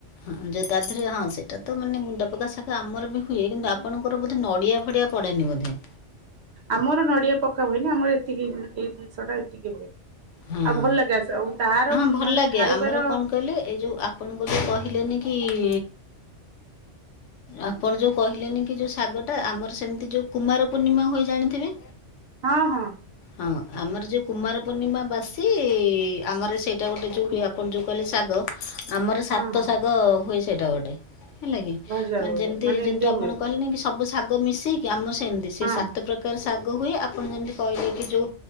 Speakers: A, on the left; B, on the right.
A: ହଁ ତା ଥିରେ ହଁ ତା ଦେହରେ ହଁ ସେଇଟା ତ ମାନେ ଗୁଣ୍ଡ ପକା ଶାଗ ଆମର ବି ହୁଏ କିନ୍ତୁ ଆପଣଙ୍କର ନଡିଆ ଫଡିଆ ପଡେନି ବୋଧେ।
B: ଆମର ନଡିଆ ପକା ହୁଏନି ଆମର ଏତିକି ଏଇ ଜିନିଷ ଟା ଏତିକି ହୁଏ।
A: ହଁ
B: ଆଉ ଭଲ ଲାଗେ ଆସ ଆଉ ତାର
A: ହଁ ଭଲ
B: ମାନେ
A: ଲାଗେ
B: ଖାଇବାର
A: ଆମର କଣ କହିଲେ ଏଇ ଯୋଉ ଆପଣଙ୍କୁ ଯୋଉ କହିଲେନି କି କି ଆପଣ ଯୋଉ କହିଲେନି କି ଯୋଉ ଶାଗ ଟା ଆମର ସେମିତି ଯୋଉ କୁମାର ପୂର୍ଣ୍ଣିମା ହୁଏ ଜାଣିଥିବେ
B: ହଁ ହଁ।
A: ହଁ ଆମର ଯେଉଁ କୁମାର ପୂର୍ଣ୍ଣିମା ବାସି ଆମର ସେଇଟା ଗୋଟେ ଯେଉଁ ହୁଏ ଆପଣ ଯେଉଁ କହିଲେ ଶାଗ ଆମର ସାତ
B: ହଁ ହଁ
A: ଶାଗ ହୁଏ ସେଇଟା ଗୋଟେ ହେଲା କି
B: ଭଜା
A: ମାନେ
B: ହୁଏ
A: ଯେମିତି
B: ଏମିତି
A: ଯେମିତି ଆପଣ
B: ହୁଏ
A: କହିଲେନି କି ସବୁ ଶାଗ ମିଶେଇକି ଆମର ସେମିତି ସେ
B: ହଁ
A: ସାତ
B: ହଁ
A: ପ୍ରକାର ସା ଶାଗ ହୁଏ ଆପଣ ଯେମିତି କହିଲେ ଯୋଉ